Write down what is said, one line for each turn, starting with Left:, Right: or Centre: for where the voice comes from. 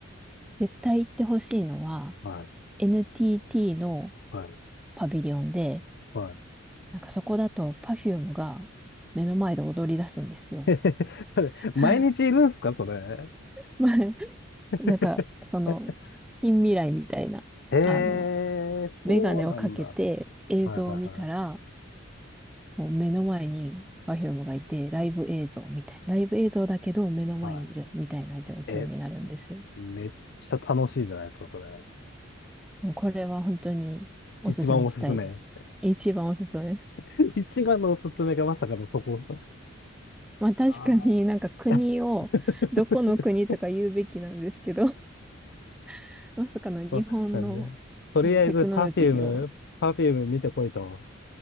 Centre: 絶対行ってほしいのは、
Left: はい。
Centre: NTT の
Left: はい
Centre: パビリオンで、
Left: は
Centre: なんかそこだと Perfume が目の前で踊り出すんですよ。
Left: い。<laughs> それ、
Centre: <laughs>
Left: 毎日いるんすか、それ。
Centre: まあ、
Left: <laughs>
Centre: なんか、その、近未来みたいな、
Left: ええー、
Centre: あの、
Left: そうなんだ。
Centre: メガネをかけて映像を見たら、
Left: はいはい
Centre: もう目の前に Perfume がいて、ライブ映像みたい。ライブ映像だけど目の前にいるみたいな状況になるんですよ。
Left: はい。はい。え、めっちゃ楽しいじゃないですか、それ。
Centre: もうこれは本当におすすめしたいです。
Left: 一番おすすめ。
Centre: 一番おすすめ。
Left: <laughs> 一番のおすすめがまさかのそこ。
Centre: まあ確かになんか国を、
Left: ああ。<laughs>
Centre: どこの国とか言うべきなんですけど、<laughs> まさかの日本の、
Left: そうなんだねとりあえず、
Centre: あのテクノロジーを、
Left: パフューム、パフューム見てこいと。